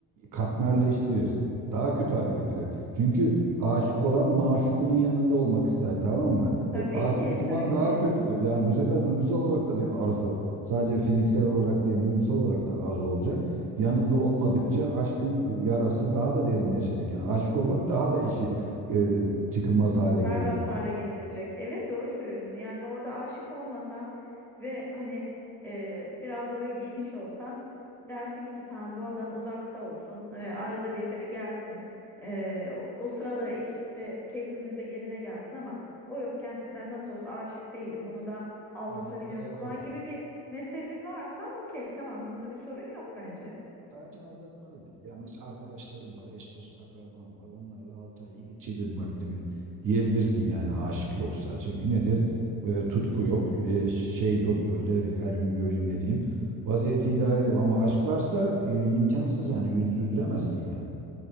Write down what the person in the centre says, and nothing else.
Tabii
ki,
tabii
ki.
berbat
hale getirecek. Evet doğru söylüyorsun. Yani orada aşık olmasan ve hani e, biraz da böyle geniş olsan dersin ki tamam bu adam uzakta olsun. e, arada bir de gelsin. E, o sırada işte keyfimiz de yerine gelsin ama o yokken ben nasıl olsa aşık değilim. Bunu da aldatabilirim
falan gibi bir mezhebin varsa okey tamam bunda bir sorun yok bence.